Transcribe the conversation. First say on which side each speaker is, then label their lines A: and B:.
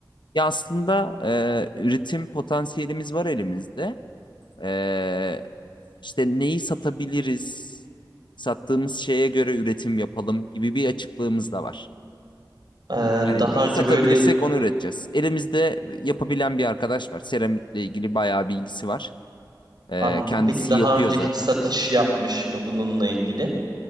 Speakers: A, on the left (about 80°); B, on the right (about 65°).
A: Ya aslında e, üretim potansiyelimiz var elimizde. E, İşte neyi satabiliriz, sattığımız şeye göre üretim yapalım gibi bir açıklığımız da var.
B: Ee,
A: Yani
B: daha
A: neyi
B: önce
A: satabilirsek
B: böyle
A: onu üreteceğiz. Elimizde yapabilen bir arkadaş var. Seramikle ilgili bayağı bilgisi var. Ee,
B: anladım.
A: kendisi
B: Peki daha
A: yapıyor
B: önce
A: zaten.
B: hiç satış yapmış mı bununla ilgili?